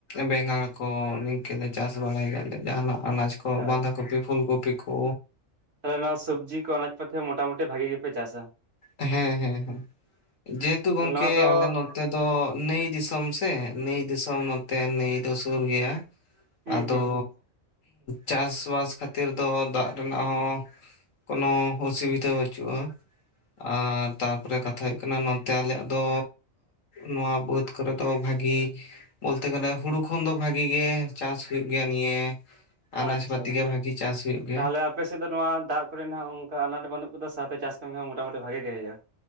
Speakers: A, on the left; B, on the right.
A: ᱵᱮᱸᱜᱟᱲ ᱠᱚ ᱱᱤᱝᱠᱟᱹᱮ ᱪᱟᱥ ᱵᱟᱲᱟᱭ ᱜᱮᱭᱟᱞᱮ ᱡᱟᱦᱟᱱᱟᱜ ᱟᱱᱟᱡ ᱠᱚ ᱵᱟᱸᱫᱷᱟ
B: ᱟᱪᱪᱷᱟ
A: ᱠᱚᱯᱤ ᱯᱷᱩᱞ ᱠᱚᱯᱤ ᱠᱚ,
B: ᱛᱟᱦᱚᱞᱮ ᱱᱚᱣᱟ ᱥᱚᱵᱽᱡᱤ ᱠᱚ ᱟᱱᱟᱡ ᱯᱟᱛᱮ ᱦᱚᱸ ᱢᱚᱴᱟ ᱢᱩᱴᱤ ᱵᱷᱟᱜᱤ ᱜᱮᱯᱮ ᱪᱟᱥᱟ?
A: ᱦᱮᱸ ᱦᱮᱸ ᱦᱮᱸ ᱡᱮᱦᱮᱛᱩ
B: ᱛᱟᱦᱚᱞᱮ
A: ᱜᱚᱢᱠᱮ
B: ᱱᱚᱣᱟ ᱫᱚ
A: ᱟᱞᱮ ᱱᱚ ᱛᱮ ᱫᱚ ᱱᱟᱹᱭ ᱫᱤᱥᱚᱢ ᱥᱮ ᱱᱟᱹᱭ ᱫᱤᱥᱚᱢ ᱱᱚᱛᱮ ᱱᱟᱹᱭ ᱫᱚ ᱥᱩᱨ ᱜᱮᱭᱟ।
B: ᱦᱩᱸ
A: ᱟᱫᱚ
B: ᱦᱩᱸ ᱦᱩᱸ
A: ᱪᱟᱥᱵᱟᱥ ᱠᱷᱟᱹᱛᱤᱨ ᱫᱚ ᱫᱟᱜ ᱨᱮᱱᱟᱜ ᱦᱚᱸ ᱼᱼ ᱠᱳᱱᱳ ᱚᱥᱩᱵᱤᱫᱷᱟ ᱵᱟᱹᱪᱩᱜᱼᱟ᱾ ᱟᱨ ᱛᱟᱨᱯᱚᱨᱮ ᱠᱟᱛᱷᱟ ᱦᱩᱭᱩᱜ ᱠᱟᱱᱟ ᱱᱚᱱᱛᱮ ᱟᱞᱮᱭᱟᱜ ᱫᱚ ᱱᱚᱣᱟ ᱵᱟᱹᱫ ᱠᱚᱨᱮ ᱼᱼ ᱛᱚ ᱵᱷᱟᱜᱤ ᱵᱚᱞᱛᱮ ᱜᱮᱞᱮ ᱦᱩᱲᱩ ᱠᱷᱚᱱ ᱫᱚ ᱵᱷᱟᱜᱤ ᱜᱮ ᱪᱟᱥ ᱦᱩᱭᱩᱜ ᱜᱮᱭᱟ ᱱᱤᱭᱟᱹ ᱼᱼ ᱟᱱᱟᱡ
B: ᱟᱪᱪᱷᱟ
A: ᱯᱟᱛᱤ
B: ᱟᱪᱪᱷᱟ
A: ᱜᱮ ᱵᱷᱟᱜᱤ ᱪᱟᱥ ᱦᱩᱭᱩᱜ ᱜᱮᱭᱟ।
B: ᱛᱟᱦᱚᱞᱮ ᱟᱯᱮ ᱥᱮᱫ ᱫᱚ ᱱᱚᱣᱟ ᱫᱟᱜ ᱠᱚᱨᱮ ᱱᱟᱦᱟᱜ ᱚᱱᱠᱟ ᱟᱱᱟᱴ ᱫᱚ ᱵᱟᱹᱱᱩᱜ ᱟᱠᱟᱫᱟ ᱥᱟᱶᱛᱮ ᱪᱟᱥ ᱠᱟᱹᱢᱤ ᱦᱚᱸ ᱢᱚᱴᱟᱢᱩᱴᱤ ᱵᱷᱟᱜᱮ ᱜᱮ ᱦᱩᱭᱩᱜᱼᱟ।